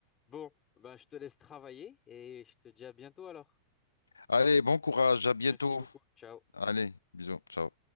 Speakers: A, on the left (about 30°); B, on the left (about 80°).
A: Bon, bah, je te laisse travailler et je te dis à bientôt alors.
B: Allez, bon courage, à bientôt.
A: Merci beaucoup. Ciao.
B: Allez, bisous, ciao.